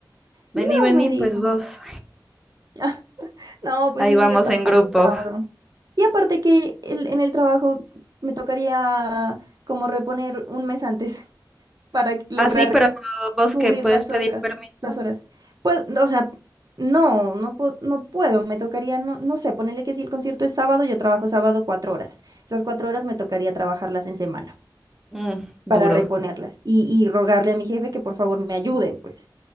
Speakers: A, in the centre; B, on the right.
A: Vení,
B: Bunny,
A: vení,
B: no me dijo.
A: pues vos.
B: Ah, <laughs> No, pues
A: Ahí
B: sí,
A: vamos
B: eso ya estaba
A: en
B: agotado.
A: grupo.
B: Y aparte que el- en el trabajo me tocaría como reponer un mes antes <laughs> para lograr
A: Ah, sí, pero vos
B: cubrir
A: que puedes
B: las
A: pedir
B: hojas,
A: permiso.
B: las horas. Pues, o sea, no, no, po- no puedo, me tocaría, no, no sé, ponerle que si el concierto es sábado, yo trabajo sábado cuatro horas. Esas cuatro horas me tocaría trabajarlas en semana
A: Mm, duro.
B: para reponerlas y, y rogarle a mi jefe que por favor me ayude, pues.